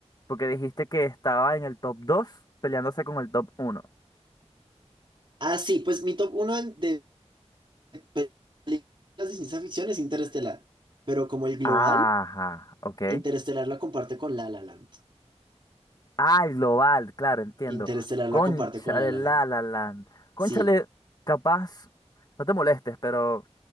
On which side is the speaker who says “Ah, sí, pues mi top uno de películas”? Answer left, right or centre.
Right